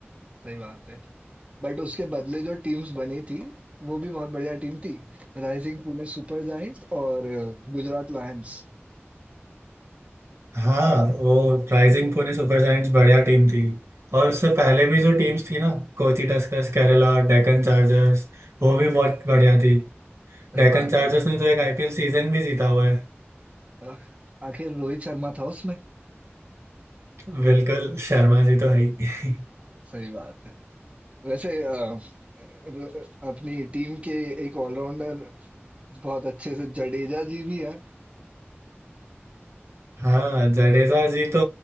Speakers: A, on the right (about 30°); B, on the right (about 80°).
A: सही बात है बट उसके बदले जो टीम्स बनी थी वो भी बहुत बढ़िया टीम थी राइजिंग पुणे सुपर जायंट्स और अ, गुजरात लायंस
B: हाँ वो राइजिंग पुणे सुपर जायंट्स बढ़िया टीम थी और उससे पहले भी जो टीम्स थी ना कोची टस्कर्स केरला डेक्कन चार्जर्स वो भी बहुत बढ़िया थी
A: सही
B: डेक्कन
A: बात
B: चार्जर्स
A: है
B: ने तो एक आईपीएल सीजन भी जीता हुआ है
A: अ, आखिर रोहित शर्मा था उसमें
B: बिल्कुल शर्मा जी तो है ही <laughs>
A: सही बात है वैसे अ, र- अपनी टीम के एक ऑलराउंडर बहुत अच्छे से जडेजा जी भी है
B: हाँ जडेजा जी तो